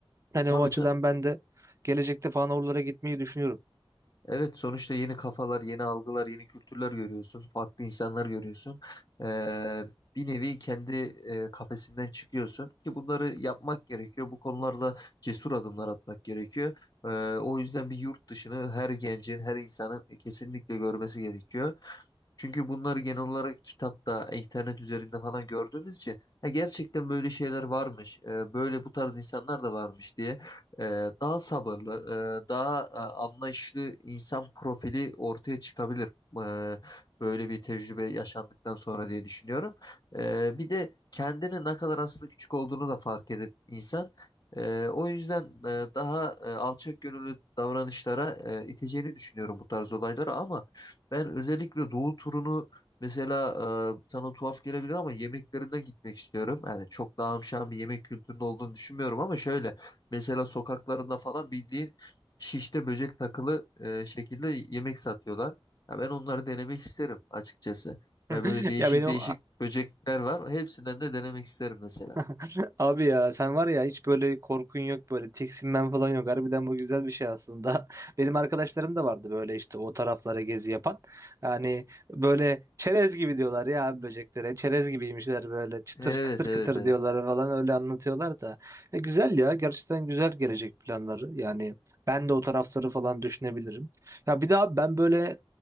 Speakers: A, on the right; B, on the left.
A: Yani
B: Tabii
A: o açıdan
B: tabii.
A: ben de gelecekte falan oralara gitmeyi düşünüyorum.
B: Evet sonuçta yeni kafalar, yeni algılar, yeni kültürler görüyorsun. Farklı insanlar görüyorsun. Ee, bir nevi kendi e, kafesinden çıkıyorsun ki bunları yapmak gerekiyor. Bu konularda cesur adımlar atmak gerekiyor. Ee, o yüzden bir yurt dışını her gencin, her insanın kesinlikle görmesi gerekiyor. Çünkü bunları genel olarak kitapta, internet üzerinde falan gördüğümüz için "Ha, gerçekten böyle şeyler varmış, e, böyle bu tarz insanlar da varmış diye e, daha sabırlı, e, daha e, anlayışlı insan profili ortaya çıkabilir. e, böyle bir tecrübe yaşandıktan sonra diye düşünüyorum. E, bir de kendini ne kadar aslında küçük olduğunu da fark edip insan e, o yüzden e, daha e, alçak gönüllü davranışlara e, iteceğini düşünüyorum bu tarz olaylara ama ben özellikle Doğu turunu Mesela e, sana tuhaf gelebilir ama yemeklerine gitmek istiyorum. Yani çok daha amşan bir yemek kültüründe olduğunu düşünmüyorum ama şöyle Mesela sokaklarında falan bildiğin şişte böcek takılı e, şekilde yemek satıyorlar. Ya ben onları denemek isterim açıkçası.
A: <laughs>
B: Ya böyle değişik
A: Ya benim
B: değişik böcekler var. Hepsinden de denemek isterim mesela.
A: <laughs> Abi ya sen var ya hiç böyle korkun yok böyle tiksinmen falan yok. Harbiden bu güzel bir şey aslında. <laughs> Benim arkadaşlarım da vardı böyle işte o taraflara gezi yapan. Yani böyle çerez gibi diyorlar ya abi böceklere. Çerez gibiymişler böyle çıtır
B: Evet
A: kıtır
B: evet evet.
A: kıtır
B: Evet
A: diyorlar falan öyle anlatıyorlar da. E, güzel ya gerçekten güzel gelecek planları. Yani ben de o tarafları falan düşünebilirim. Ya bir daha ben böyle